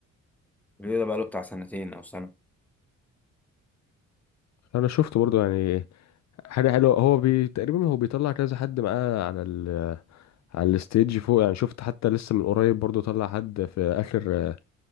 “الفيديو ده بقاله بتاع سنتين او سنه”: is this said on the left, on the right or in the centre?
Centre